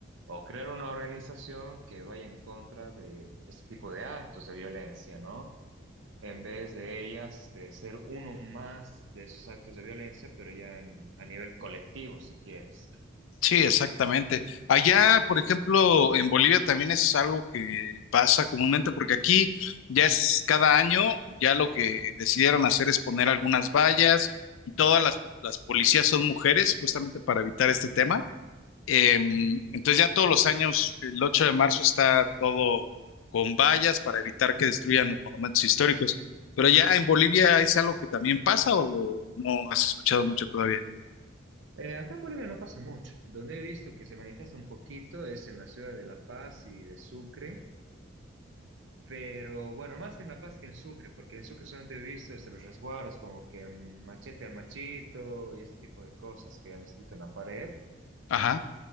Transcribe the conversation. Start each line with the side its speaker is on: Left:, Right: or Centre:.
Right: o crear una organización que vaya en contra de este tipo de actos de violencia, ¿no? En vez de ellas, de ser uno más de esos actos de violencia, pero ya en- a nivel colectivo, si quieres.
Left: Sí, exactamente. Allá, por ejemplo, en Bolivia también es algo que pasa comúnmente, porque aquí ya es cada año, ya lo que decidieron hacer es poner algunas vallas y todas las, las policías son mujeres, justamente para evitar este tema. Eh,
Right: Ujú.
Left: entonces ya todos los años, el 8 de marzo está todo con vallas para evitar que destruyan los monumentos históricos. Pero ya en Bolivia es algo que también pasa o no has escuchado mucho todavía.
Right: Eh, acá en Bolivia no pasa mucho. Donde he visto que se manifiesta un poquito es en la ciudad de La Paz y de Sucre Pero bueno, más en La Paz que en Sucre, porque en Sucre solamente he visto este, los resguardos, como que mm, machete al machito y ese tipo de cosas que han escrito en la pared.
Left: Ajá.